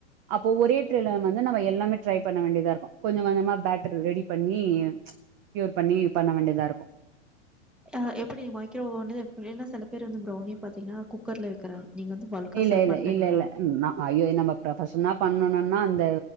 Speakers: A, on the right; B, in the centre.
A: அப்போ ஒரே ட்ரேல வந்து நம்ம எல்லாமே ட்ரை பண்ண வேண்டிதா இருக்கு கொஞ்சோ கொஞ்சமா பேட்டரி ரெடி பண்ணி ப்ச் க்யூர் பண்ணி பண்ண வேண்டியதா இருக்கு
B: த எப்படி மைக்கிரோவோண்டு இல்ல சில பேர் வந்து ப்ரௌனி பாத்தீங்னா குக்கர்ல வைக்கிறாங்க நீங்க வந்து பல்கா
A: இல்ல
B: சேல்
A: இல்ல
B: பண்றீங்களா
A: இல்லல்லா நா ஐயோ இத நம்ப ப்ரொப்ஷ்னா பண்ணணுனா அந்த